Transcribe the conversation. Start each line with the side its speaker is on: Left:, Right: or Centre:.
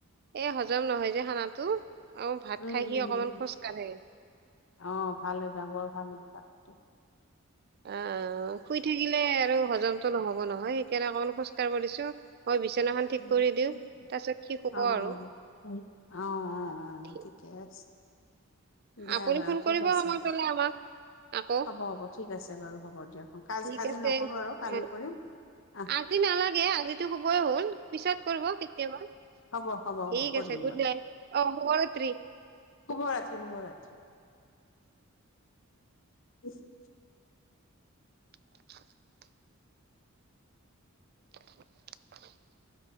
Right: এ হজম নহয় যে খানাটো আৰু ভাত
Left: উম
Right: খাই সি
Left: উম
Right: অকমান
Left: উম
Right: খোজ কাঢ়ে
Left: অ ভালে অভ্যাস বৰ ভাল অভ্যাস -
Right: অ শুই থাকিলে আৰু হজমতটো নহব নহয় সেইকাৰণে অকণমান - খোজ্ কাঢ়িব দিছো মই বিচনাখন ঠিক
Left: উম
Right: কৰি দিওঁ তাৰ পিছত কি হ'ব
Left: অ', অ',
Right: আৰু-
Left: অ', অ অ
Right: ঠিক,
Left: ঠিকে আছে- দিয়া
Right: আপুনি
Left: বাৰু
Right: ফোন
Left: ঠিক
Right: কৰিব
Left: আছে
Right: সময় পালে আমাক- আকৌ
Left: হ'ব হ'ব ঠিক আছে বাৰু হ'ব দিয়ক ক
Right: ঠিক
Left: আজি
Right: আছে
Left: নকৰোঁ আৰু কালি
Right: উম
Left: কৰিম- আহ
Right: আজি নালাগে আজিতো শুবই হ'ল পিছত কৰিব কেতিয়াবা-
Left: অ অ অ হ'ব হ'ব হ'ব
Right: ঠিক
Left: কৰিম
Right: আছে, গুড নাইট অ, শুভ্ৰৰাত্ৰি।
Left: শুভ্ৰৰাত্ৰি, শুভ্ৰৰাত্ৰি। <unintelligible>
Right: <inaudible> <unintelligible> <inaudible>